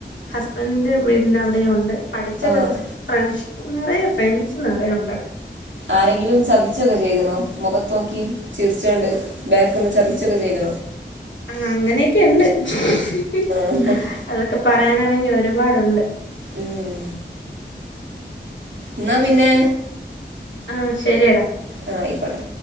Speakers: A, on the left (about 80°); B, on the right (about 85°).
A: ഹസ്ബൻ്റിന്റെ വീടിന്നവിടെയുണ്ട്. പഠിച്ച
B: ആഹ്
A: പ് ഫ്രണ്ട്ഷിപ്പ് നിറയെ ഫ്രണ്ട്സ് നെറയുണ്ടെടാ.
B: ആരെങ്കിലും ചതിച്ചൊക്കെ ചെയ്ത്ണോ? മുഖത്തോക്കി ചിരിച്ചാണ്ട് ബാക്ക്ന്ന് ചതിച്ചൊക്കെ ചെയ്ത്
A: ആ അങ്ങനെയൊക്കെ ണ്ട്ഹ് ഹ്
B: ഉം
A: അതൊക്കെ പറയാന ണെങ്കിൽ ഒരുപാടുണ്ട്.
B: ഉം. ഇന്നാ പിന്നെ
A: ആ ശരിയടാ.
B: ആഹ് ആയിക്കോട്ടെ